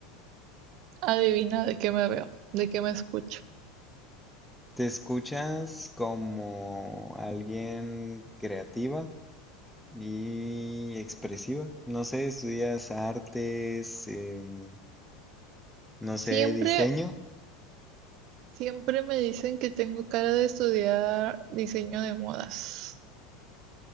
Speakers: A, on the right; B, in the centre.
A: Adivina de qué me veo, de qué me escucho.
B: ¿Te escuchas como alguien creativa? Y expresiva. No sé, estudias artes, em, no sé,
A: Siempre,
B: diseño.
A: siempre me dicen que tengo cara de estudiar diseño de modas.